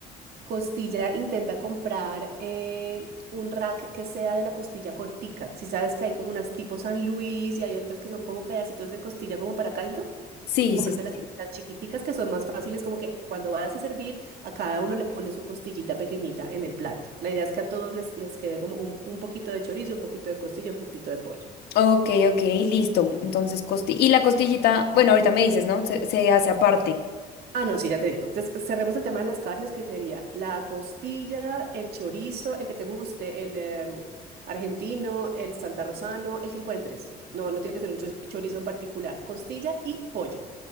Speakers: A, on the right; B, on the left.
A: Costilla intenta comprar eh, un rack que sea de la costilla cortica. Si sabes que hay como unas tipo San Luis y hay otras que son como pedacitos de costilla como para caldo,
B: Sí,
A: cómprate
B: sí, sí,
A: las,
B: sí.
A: las chiquiticas que son más fáciles, como que cuando vayas a servir, a cada uno le pones su costillita pequeñita en el plato. La idea es que a todos les, les quede como un, un poquito de chorizo, un poquito de costilla, un poquito de pollo.
B: Ok, ok, listo. Entonces, costi y la costillita, bueno, ahorita me dices, ¿no? Se, se hace aparte.
A: Ah, no, sí, ya te digo. Entonces, cerremos el tema de las carnes, que sería la costilla, el chorizo, el que te guste, el em, argentino, el santarrosano, el que encuentres. No, no tiene que ser un cho- chorizo en particular. Costilla y pollo.